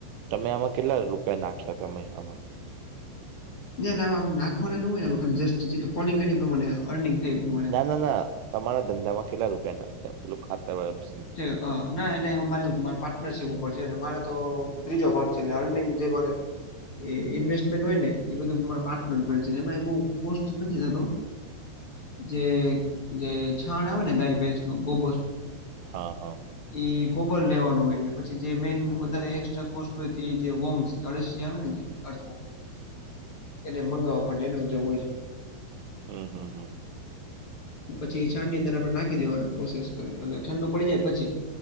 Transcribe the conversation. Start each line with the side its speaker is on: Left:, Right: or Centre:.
Right: તમે આમાં કેટલા રૂપિયા નાખ્યા તમે આમાં,
Left: એટલે નાખવાના ન હોય ખા જસ્ટ જેટ કોલિંગ કરી એ પ્રમાણે, અર્નિંગ થઈ એ પ્રમાણે
Right: ના ના ના તમારા ધંધામાં કેટલા રૂપિયા નાખ્યા પેલું ખાતામાં,
Left: તે હ ના નામાં મારેવ મા પાર્ટનરશીપ ઉપર છે. મારે તો ત્રીજો ભાગ છે એટ અર્નિંગ જે મારે, એ ઇન્વેસ્ટમેન્ટ હોય ને એ બધું તમારા પાર્ટનર કરે છેને એમાં બહુ કોસ્ટ નથી થતો. જે જે છાણ આવે ને ગાય ભેંસ નું બબોર,
Right: હા હા.
Left: એ ગોબર લેવાનું હોય પછી, જે મેન વધારે એક્સ્ટ્રા કોસ્ટ હોય, એ જે વમ્સ કે અળસીયા આવે ને જે અથવા એને મંગાવવા પડ એનો જો હોય છે.
Right: હમ્મ હમ્મ હા.
Left: પછી છાડ ની અંદર આપણે નાખી દેવાના પ્રોસેસ કરીટ ઠંડુ પડી જાય પછી.